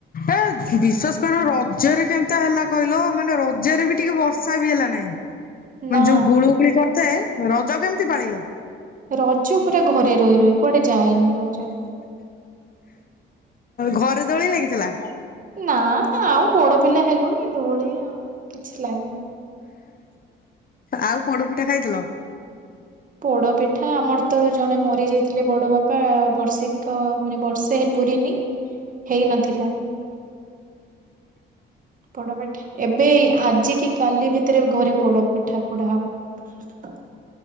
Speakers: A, on the left (about 45°); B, on the right (about 40°).
A: ଏ ବିଶ୍ଵାସ କର ରଜରେ କେନ୍ତା ହେଲା କହିଲ ମାନେ ରଜରେ ବି ଟିକେ ବର୍ଷା ବି ହେଲା ନାଇଁ ମାନେ
B: ନା
A: ଯୋଉ ଗୁଳୁଗୁଳି କରିଥାଏ ରଜ କେମିତି ପାଳିଲ?
B: ରଜ ପୁରା ଘରେ ରହି ରହି ଗଲାକୁଆଡେ ଯାଏନି ରଜ
A: ଘରେ ଦୋଳିଲାଗିଥିଲା।
B: ନା ଆଉ ବଡ ପିଲା ହେଲୁଣି ଦୋଳି ଆଉ କିଛି ଲାଗେନି।
A: ଆଉ ପୋଡପିଠା ଖାଇଥିଲ,
B: ପୋଡ ପିଠା ଆମର ତ ଜଣେ ମରି ଯାଇଥିଲେ ବଡ ବାପା ବର୍ଷିକ ମାନେ ବର୍ଷେ ପୂରିନି,
A: ହ <unintelligible>
B: ହେଇ ନଥିଲା। ପୋଡ଼ପିଠା ଏବେ ଆଜି କି କାଲି ଭିତରେ ଘରେ ପୋଡ଼ ପିଠା ପୋଡା ହବ